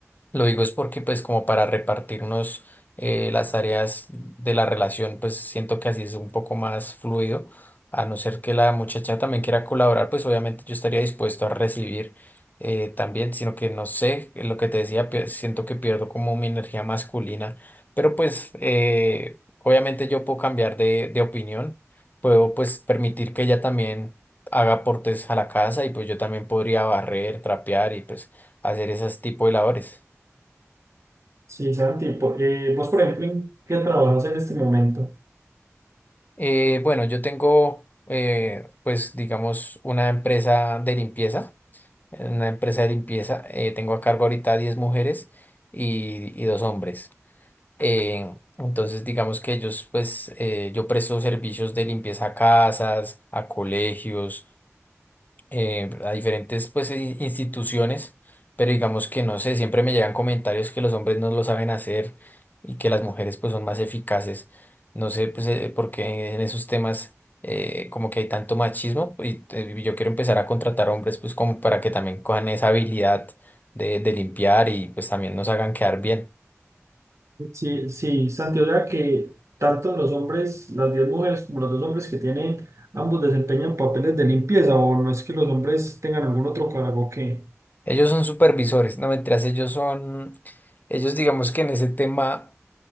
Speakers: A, on the left; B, on the right.
A: lo digo es porque pues como para repartirnos eh, las tareas de la relación, pues siento que así es un poco más fluido, a no ser que la muchacha también quiera colaborar, pues obviamente yo estaría dispuesto a recibir eh, también, sino que no sé, lo que te decía, pier- siento que pierdo como mi energía masculina, pero pues eh, obviamente yo puedo cambiar de, de opinión, puedo pues permitir que ella también haga aportes a la casa y pues yo también podría barrer, trapear y pues hacer esas tipo de labores.
B: Sí, Santi, po- eh, vos, por ejemplo, ¿en qué trabajas en este momento?
A: Eh, bueno, yo tengo eh, pues digamos una empresa de limpieza, una empresa de limpieza, eh, tengo a cargo ahorita 10 mujeres y, y dos hombres. Eh, entonces, digamos que ellos, pues, eh, yo presto servicios de limpieza a casas, a colegios, eh, a diferentes, pues, i- instituciones, pero digamos que no sé, siempre me llegan comentarios que los hombres no lo saben hacer y que las mujeres, pues, son más eficaces. No sé, pues, eh, por qué en esos temas, eh, como que hay tanto machismo y eh, yo quiero empezar a contratar hombres, pues, como para que también cojan esa habilidad de, de limpiar y, pues, también nos hagan quedar bien.
B: Sí, sí, Santi, o sea que tanto los hombres, las 10 mujeres como los dos hombres que tienen, ambos desempeñan papeles de limpieza, o no es que los hombres tengan algún otro cargo que...
A: Ellos son supervisores, no mentiras, ellos son, ellos digamos que en ese tema